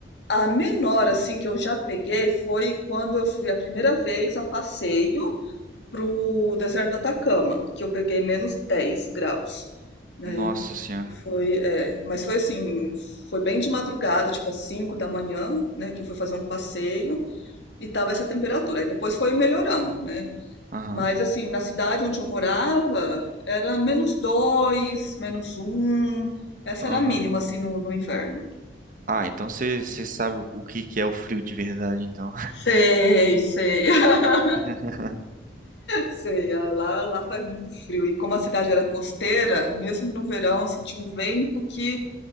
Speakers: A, on the left; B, on the right.
A: A menor, assim, que eu já peguei foi quando eu fui a primeira vez a passeio pro deserto do Atacama, que eu peguei menos 10 graus, né?
B: Nossa senhora.
A: E foi, é, mas foi assim, foi bem de madrugada, tipo às 5 da manhã, né? Que eu fui fazer um passeio e tava essa temperatura. Aí depois foi melhorando, né?
B: Aham.
A: Mas assim, na cidade onde eu morava, era menos 2, menos um. Essa
B: Aham.
A: era a mínima, assim, no, no inverno.
B: Ah, então você você sabe o que que é o frio de verdade, então.
A: Sei, sei. <laughs>
B: <laughs>
A: Sei, ah, lá, lá faz muito frio. E como a cidade era costeira, mesmo no verão, assim, tinha um vento que